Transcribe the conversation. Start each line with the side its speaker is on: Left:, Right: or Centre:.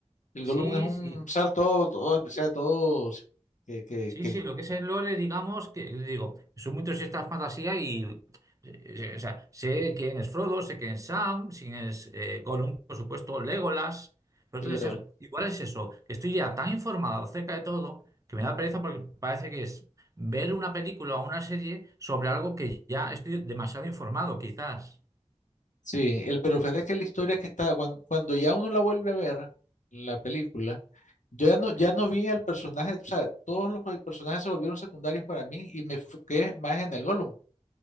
Left: el
Right: sí,
Left: Gollum es un
Right: sí,
Left: ser todo, todo especial, todo que, que,
Right: Sí, sí, lo que es el lore, digamos, que digo, soy muy entusiasta de fantasía y, eh, o sea, sé quién es Frodo, sé quién es Sam, quién es eh, Gollum, por supuesto, Legolas, pero
Left: que,
Right: es que es- igual es eso, que estoy ya tan informado acerca de todo que me da pereza porque parece que es ver una película o una serie sobre algo que ya estoy demasiado informado, quizás.
Left: Sí, el, pero fíjate que la historia que está, cuando, cuando ya uno la vuelve a ver, la película, yo ya no, ya no vi al personaje, o sea, todos los personajes se volvieron secundarios para mí y me enfoqué más en el Gollum.